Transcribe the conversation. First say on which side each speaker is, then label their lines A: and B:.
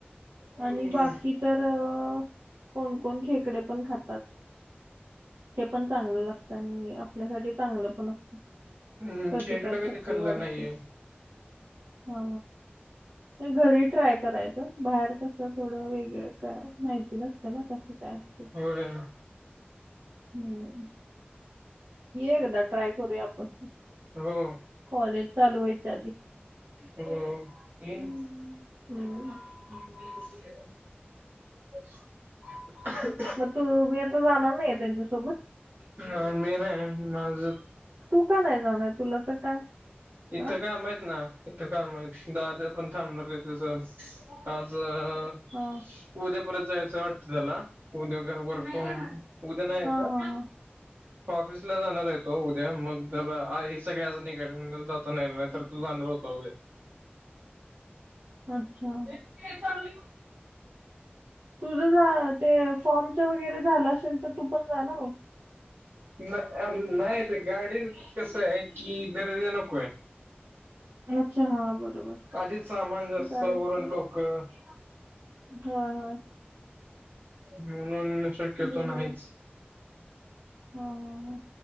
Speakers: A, on the right (about 55°); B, on the right (about 75°).
A: बरोबर
B: आणि बाकी
A: आहे.
B: तर अ कोणकोण खेकडे पण खातात. ते चांगलं लागतं आणि आपल्यासाठी चांगलं पण अस
A: हम्म
B: प्रतिकारशक्ती
A: खेकडं कधी खाल्लं
B: वाढते.
A: नाहीये
B: हो,, हे घरी ट्राय करायचं, बाहेर कसं थोडं वेगळं काय, माहिती नसतं ना कसं काय असतय.
A: होय.
B: हम्म. एकदा ट्राय करूया आपण,
A: हो
B: कॉलेज चालू व्हायच्या आधी.
A: हो,, तीन
B: हम्म.
A: <unintelligible>
B: हम्म. मग तूऽमी आता जाणार नाही आहे त्यांच्यासोबत?
A: नाही मी नाही, माझं
B: तू का नाही जाऊनय तुला तर काय
A: इथं
B: हा
A: काम आहेत ना, इथं काम आहेत, दाद्या पण थांबणार इथंच आज, आज अ,
B: हा
A: उद्या परत जायचाय वाटतं त्याला, उद्या वर्क फ्रॉम उद्या नाही आहे
B: हा
A: का?
B: हा हा.
A: ऑफिसला जाणार आहे तो उद्या, मग त्याला हे सगळे आज निघाले नाही नाहीतर तू जानार हुता व्हय.
B: अच्छा.
A: ते चांगली
B: तुझं झा ते फॉर्मच वगैरे झालं असेल तर तू पण जा ना मग.
A: अ नाही ते गाडी कसं आहे की गरज नको आहे
B: हेच हां बरोबर
A: इधीच सामान जास्त,
B: गाडी
A: वर
B: पण
A: आणी लोकं
B: होय होय.
A: म्हणून शक्यतो
B: बरोबर
A: नाहीच
B: हा हा हा.